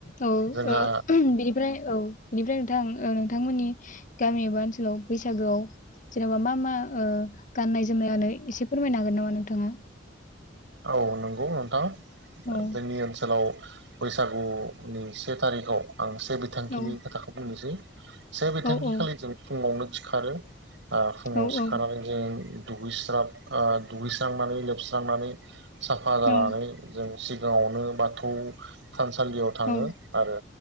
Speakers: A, on the left; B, on the right.
A: औ
B: जोंहा
A: ओ बिनिफ्राय औ। बेनिफ्राय नोंथां नोंथांमोननि गामि एबा ओनसाव बैसागोआव जेन'बा मा मा ओ गान्नाय जोमनायानो एसे फोरमायनो हागोन नामा नोंथाङा?
B: औ नंगौ नोंथां।
A: औ
B: जोंनि ओनसोलाव बैसागुनि से थारिखआव आं से बिथांखिनि
A: औ
B: खोथाखौ बुंनोसै। से बिथांखि
A: औ औ
B: खालि जों फुङावनो सिखारो। ओ फुङाव
A: औ
B: सिखारनानै जों दुगैस्राब ओ दुगैस्रांनानै लोबस्रांनानै साफा जानानै
A: औ
B: जों सिगाङावनो बाथौ थानसालियाव थाङो
A: औ
B: आरो